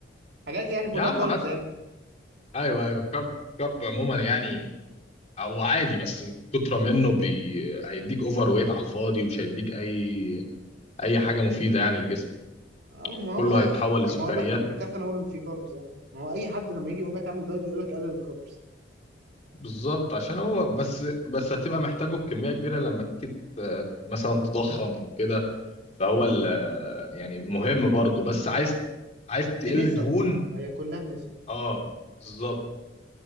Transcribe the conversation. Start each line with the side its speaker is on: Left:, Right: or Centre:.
Right: حاجات يعني كلها
Left: يا عم
Right: كاربز
Left: حد ايوه ايوه كرب كرب عموما يعني او عادي بس الكتره منه بي... هيديك اوفر ويت على الفاضي ومش هيديك اي اي حاجه مفيده يعني الجسم
Right: آه، ما هو
Left: كله
Right: اي
Left: هيتحول لسكريات
Right: ما هو الاكل اللي بيتخن هو اللي فيه كاربس يعني ما هو اي حد لما يجي يقول لك اعمل دايت يقول لك قلل الكاربس
Left: بالظبط عشان هو بس بس هتبقى محتاجه بكمية كبيرة لما تيجي ت- مثلا تضخم او كده فهو ال- يعني مهم برضه بس عايز
Right: آه،
Left: عايز
Right: بنسب
Left: تقل دهون
Right: برضه هي كلها بنسب
Left: اه بالظبط